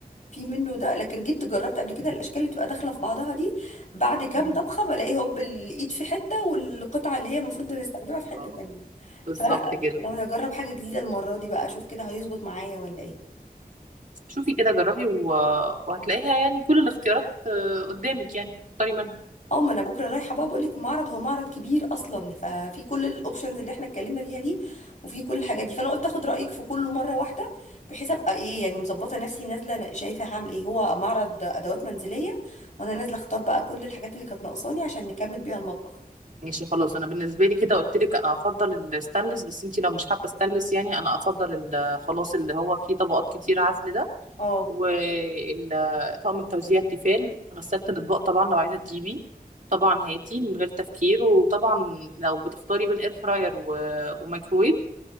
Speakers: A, on the left (about 55°); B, on the right (about 55°).
A: في منه ده لكن جيت جربت قبل كده الاشكال اللي بتبقى داخله في بعضها دي بعد كام
B: مم.
A: طبخه بلاقي هوب الايد في حته والقطعه اللي هي المفروض نستخدمها في حته
B: بالظبط
A: تانية
B: بالظبط
A: فلا
B: كده
A: لو اجرب حاجه جديده المره دي بقى اشوف كده هيظبط معايا ولا ايه
B: شوفي كده جربي و... وهتلاقيها يعني كل الاختيارات آه، قدامك يعني تختاري منها
A: اه ما انا بكره رايحه بقى بقول لك المعرض هو معرض كبير اصلا ففي كل الاوبشنز اللي احنا اتكلمنا فيها دي وفي كل الحاجات دي فانا قلت اخد رايك في كله مره واحده بحيث ابقى ايه يعني مظبطه نفسي نازله شايفه هعمل ايه هو معرض ادوات منزليه وانا نازله اختار بقى كل الحاجات اللي كانت ناقصاني عشان نكمل بيها المطبخ
B: ماشي خلاص انا بالنسبه لي كده قلت لك انا افضل الستانلس بس انتي لو مش حابه ستانلس يعني انا افضل ال- خلاص اللي هو فيه طبقات كتير عزل ده
A: اه
B: وطقم التوزيع التيفال غسالة الاطباق طبعا لو عايزه تجيبي طبعا هاتي من غير تفكير وطبعا لو بتختاري بين اير فراير و... وميكرويف